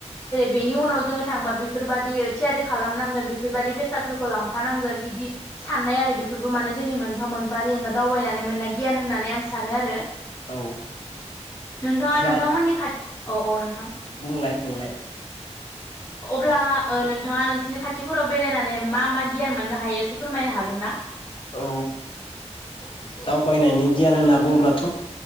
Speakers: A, on the left (about 25°); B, on the left (about 45°).
A: बेनि उनाव जोङो थांबा बेफोरबादि थियारि खालामनांगोन बेफोरबादि बेसादफोरखौ लांफानांगोन इदि साननाय आरो बेफोरबो माने जोंनि मोनफा मोनफा जेनेबा दावबायनानै मोननाय गियान होननानै आं सानो आरो
B: औ
A: नोंथाङा
B: अब्ला
A: नोंथांमोननि खाथ औ औ नोंथां
B: बुंलाय बुंलाय
A: अब्ला नोंथाङा नोंसोरनि खाथिफोराव बेरायनानै मा मा गियान मोननो हायो एसे फोरमायनो हागोन ना
B: औ औ दावबायनायनि गियान होनना बुंङोब्लाथ